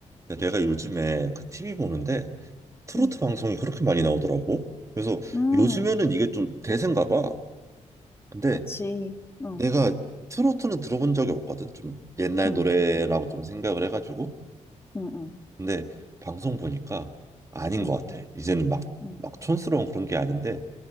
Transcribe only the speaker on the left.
응,
응,
그치. 응,
응,
응, 응,
응,
응,